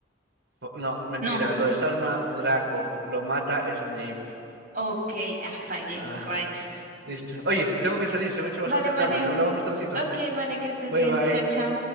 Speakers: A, on the right; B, on the right.
A: Po- No, mentira,
B: No,
A: lo desarma Draco, lo mata Snape.
B: ok, ah, fallé,
A: Ah,
B: rayos.
A: listo. Oye, tengo que salir, se me ha hecho
B: Vale,
A: bastante
B: vale.
A: tarde. Hablamos más tardecito.
B: Ok, vale, que estés
A: Bye
B: bien.
A: bye.
B: Chao, chao.